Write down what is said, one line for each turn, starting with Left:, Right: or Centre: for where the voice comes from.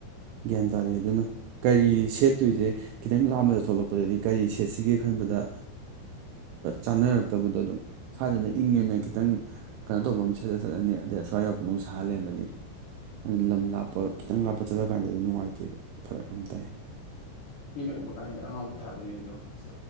Right: ꯒ꯭ꯌꯥꯟ ꯇꯥ ꯑꯗꯩꯗꯨꯅ ꯀꯔꯤ ꯁꯦꯠꯇꯣꯏꯁꯦ ꯈꯤꯇꯪ ꯂꯥꯞꯅ ꯊꯣꯛꯂꯛꯄꯗꯗꯤ ꯀꯔꯤ ꯁꯦꯠꯁꯤꯒꯦ ꯈꯟꯕꯗ ꯆꯥꯅꯔꯛꯇꯕꯗꯣ ꯑꯗꯨꯝ ꯁ꯭ꯋꯥꯏꯗꯅ ꯏꯪꯉꯦꯅ ꯈꯤꯇꯪ ꯀꯩꯅꯣ ꯇꯧꯕ ꯑꯃ ꯁꯦꯠꯂ ꯆꯠꯂꯅꯤ ꯑꯗꯩ ꯑꯁ꯭ꯋꯥꯏꯗ ꯑꯃꯨꯛ ꯁꯥ ꯂꯩꯔꯝꯃꯅꯤ ꯑꯗꯨꯅ ꯂꯝ ꯂꯥꯞꯄ ꯈꯤꯇꯪ ꯂꯥꯞꯄ ꯆꯠꯂꯀꯥꯟꯗꯗꯤ ꯅꯨꯡꯉꯥꯏꯇꯦꯕ ꯐꯔꯛ <inaudible>
Left: ꯃꯤꯅ ꯎꯕ ꯀꯥꯟꯗ ꯑꯉꯥꯎꯕ ꯊꯥꯗꯣꯏꯅꯦ ꯑꯗꯨꯗꯣ ꯑꯁ